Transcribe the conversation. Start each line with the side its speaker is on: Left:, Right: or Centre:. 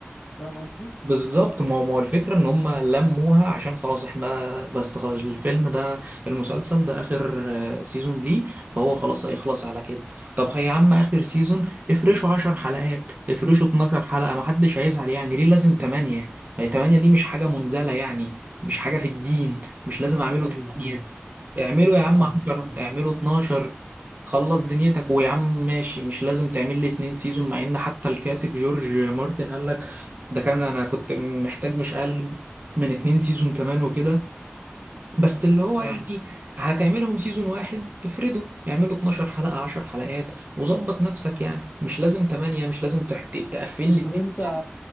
Left: فاهم قصدي
Right: بالظبط ما هو ما هو الفكرة ان هم لموها عشان خلاص احنا بس خلاص الفيلم ده المسلسل ده اخر آه، سيزون ليه فهو خلاص هيخلص على كده طب يا عم اخر سيزون افرشوا 10 حلقات افرشوا 12 حلقة ما حدش هيزعل يعني ليه لازم 8 ما هي 8 دي مش حاجة منزلة يعني مش حاجة في الدين مش لازم اعمله
Left: ايوه
Right: 8
Left: ايوه
Right: اعمله يا عم
Left: فاهم
Right: 10
Left: فاهم.
Right: اعمله 12 خلص دنيتك ويا عم ماشي مش لازم تعمل لي اتنين سيزون مع ان حتى الكاتب جورج مارتن قال ده كان انا كنت محتاج مش اقل من اتنين سيزون كمان وكده بس اللي هو
Left: اه
Right: يعني هتعملهم سيزون واحد افرده اعمله 12 حلقة 10 حلقات وظبط نفسك يعني مش لازم 8 مش لازم تحت- تقفل لي الدنيا
Left: طب انت